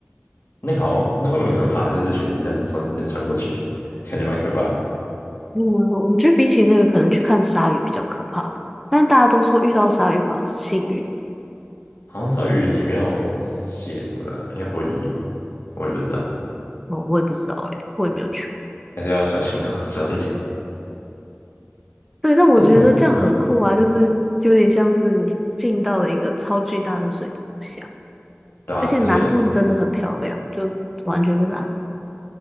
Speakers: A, on the left; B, in the centre.
A: 那个好像那会会很可怕，就是一群鱼这样从你这边穿过去，<laughs> 感觉蛮可怕的。
B: 嗯，我觉得比起那个，可能去看鲨鱼比较可怕吧。但大家都说遇到鲨鱼反而是幸运。
A: 好像鲨鱼你没有血什么的，应该不会理你吧？我也不知道，
B: 哦，我也不知道哎，我也没有去。
A: 还是要小心啊，<laughs> 小心一点。
B: 对，但我觉得这样很酷啊，
A: 但你有嗯，
B: 就是有点像是你进到了一个超巨大的水族箱，
A: 对啊，
B: 而且南部是真的很漂亮，
A: 而且
B: 就完全是蓝的